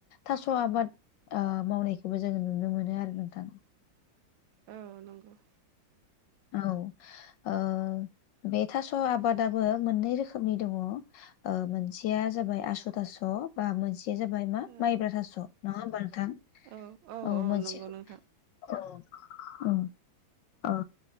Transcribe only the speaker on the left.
थास' आबाद ओ मावनायखौबो जोङो नुनो मोनो आरो नोंथां।
औ ओ बे थास' आबादाबो मोननै रोखोमनि दङ ओ मोनसेया जाबाय आसु थास' बा मोनस मोनसेया जाबाय मा
माइब्रा थास' नङा होमबा नोंथां?
औ मोनसे
औ उम ओ